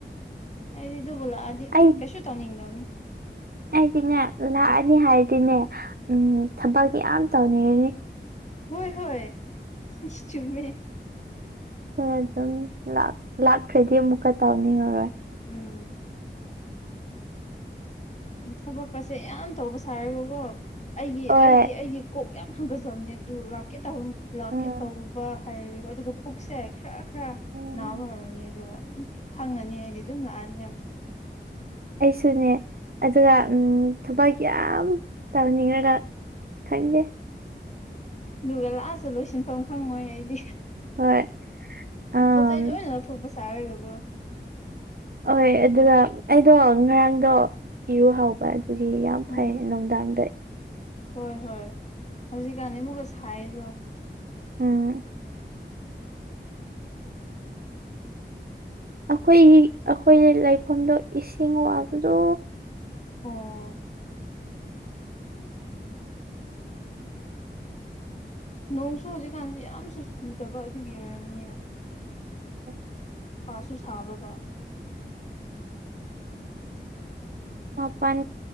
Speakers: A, on the left (about 40°); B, on the right (about 55°).
A: ꯑꯩꯗꯤ ꯑꯗꯨꯕꯨ ꯂꯥꯛꯑꯗꯤ
B: ꯑꯩ
A: ꯀꯩꯁꯨ ꯇꯧꯅꯤꯡꯗꯕꯅꯦ
B: ꯑꯩꯗꯤꯅꯦ ꯂꯥꯛꯑꯅꯤ ꯍꯥꯏꯔꯗꯤꯅꯦ ꯎꯝ ꯊꯕꯛ ꯌꯥꯝ ꯇꯧꯅꯤꯡꯔꯅꯤ
A: ꯍꯣꯏ ꯍꯣꯏ ꯆꯨꯝꯃꯦ
B: ꯄꯦꯔꯦꯗ ꯇꯧꯅꯤ ꯂꯥꯛꯈ꯭ꯔꯗꯤ ꯑꯃꯨꯛꯀ ꯇꯥꯎꯅꯤꯡꯉꯔꯣꯏ
A: ꯎꯝ ꯊꯕꯛꯀꯁꯦ ꯌꯥꯝ ꯇꯧꯕ ꯁꯥꯔꯒꯀꯣ ꯑꯩꯒꯤ
B: ꯍꯣꯏ
A: ꯑꯩꯗꯤ ꯑꯩꯒꯤ ꯀꯣꯛ ꯌꯥꯝ ꯍꯒꯠꯆꯕꯅꯦ ꯑꯗꯨ ꯂꯥꯛꯀꯦ ꯇꯧ ꯂꯥꯛꯀꯦ
B: ꯎꯝ
A: ꯇꯧꯕ ꯍꯥꯏꯔꯗꯤꯀꯣ ꯑꯗꯨꯒ ꯄꯨꯛꯁꯦ ꯈꯔ ꯈꯔ
B: ꯎꯝ
A: ꯅꯥꯕ ꯍꯧꯔꯅꯤ ꯑꯗꯨꯒ ꯈꯪꯉꯅꯤ ꯑꯩꯗꯤ ꯑꯗꯨꯝ ꯂꯥꯛꯑꯅꯤ ꯍꯥꯏꯕꯗꯣ
B: ꯑꯩꯁꯨꯅꯦ ꯑꯗꯨꯒ ꯎꯝ ꯊꯕꯛ ꯌꯥꯝ ꯇꯧꯅꯤꯡꯉꯒ ꯈꯪꯗꯦ
A: ꯑꯗꯨꯒ ꯂꯥꯁꯇ ꯂꯣꯏꯁꯤꯟꯐꯝ ꯈꯪꯉꯣꯏ ꯑꯩꯗꯤ
B: ꯍꯣꯏ ꯑꯝ
A: ꯄꯣꯠ ꯆꯩ ꯂꯣꯏꯅ ꯂꯧꯊꯣꯛꯄ ꯁꯥꯔꯒ ꯀꯣ
B: ꯑꫭꯏ ꯑꯗꯨꯗ ꯑꯩꯗꯣ ꯉꯔꯥꯡꯗꯣ ꯏꯔꯨ ꯍꯧꯕ ꯑꯗꯨꯒꯤ ꯌꯥꯝ
A: ꯎꯝ
B: ꯐꯩ ꯅꯨꯡꯗꯥꯡꯗ
A: ꯍꯣꯏ ꯍꯣꯏ ꯍꯧꯖꯤꯛꯀꯥꯟꯗꯤ ꯑꯃꯨꯛꯀ ꯁꯥꯏꯗꯣ
B: ꯎꯝ ꯑꯈꯣꯏꯒꯤ ꯑꯈꯣꯏꯅ ꯂꯩꯐꯝꯗꯣ ꯏꯁꯤꯡ ꯋꯥꯕꯗꯣ
A: ꯑꯣ ꯅꯣꯡꯁꯨ ꯍꯧꯖꯤꯛꯀꯥꯟꯁꯤ ꯌꯥꯝꯁꯨ ꯆꯨꯗꯕ ꯑꯗꯨꯒꯤ ꯑꯣꯏꯔꯝꯅꯤꯌꯦ
B: <inaudible>
A: ꯁꯥꯁꯨ ꯁꯥꯕꯒ
B: ꯃꯄꯥꯟ